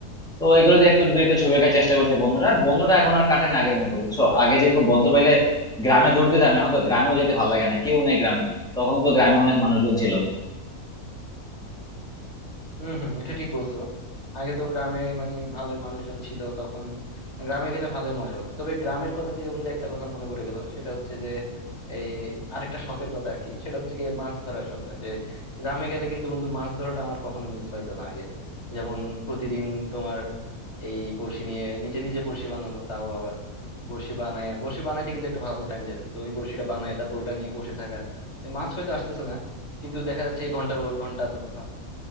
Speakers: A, in the centre; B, on the left.
A: তো এগুলো দিয়ে একটু দুই একটা ছবি আঁকার চেষ্টা করছি বন্ধুরা বন্ধটা এখন আর কাটে না আগের মতো বুঝছো আগে যেরকম বন্ধ পাইলে গ্রামে দৌড় দিতাম এখন তো গ্রামেও যেতে ভালো লাগে না কেউ নেই গ্রামে তখন তো গ্রামে অনেক মানুষজন ছিল
B: হম হম এটা ঠিক বলছো আগে তো গ্রামে মানে ভালোই মানুষজন ছিল তখন গ্রামে গেলে ভালোই মজা হতো তবে গ্রামের কথা থেকে বন্ধু একটা কথা মনে পড়ে গেল সেটা হচ্ছে যে এই আরেকটা শখের কথা আর কি সেটা হচ্ছে গিয়ে মাছ ধরার শখটা যে গ্রামে গেলে কিন্তু বন্ধু মাছ ধরাটা আমার কখনো মিস হইতো না আগে যেমন প্রতিদিন তোমার এই বড়শি নিয়ে নিজে নিজে বড়শি বানানো তাও আবার বড়শি বানায় বড়শি বানাইতে কিন্তু একটা ভালো টাইম যেত তো ওই বড়শিটা বানায় তারপর ওটা নিয়ে বসে থাকা যে মাছ হয়তো আসতেছে না কিন্তু দেখা যাচ্ছে ঘন্টার পর ঘন্টা তোমার